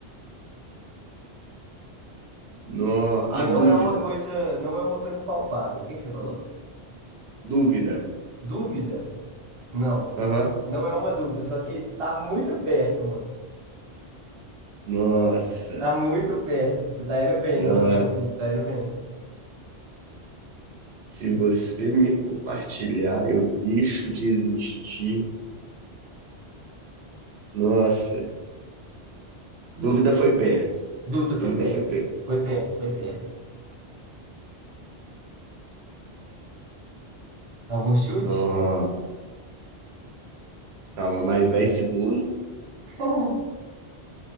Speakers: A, on the right; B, on the right.
A: No, a
B: E
A: dúvida.
B: não é uma coisa, não é uma coisa palpável. O que que você falou?
A: Dúvida.
B: Dúvida? Não.
A: Aham.
B: Não é uma dúvida, só que tá muito perto, mano.
A: Nossa.
B: Tá muito perto. Você tá indo bem
A: Ah,
B: no raciocínio, tá indo bem.
A: se você me compartilhar, eu deixo de existir. Nossa. Dúvida foi perto.
B: Dúvida, foi
A: Dúvida
B: perto.
A: foi perto.
B: Foi perto, foi perto. Algum chute?
A: Nossa. Calma, mais 10 segundos.
B: <laughs>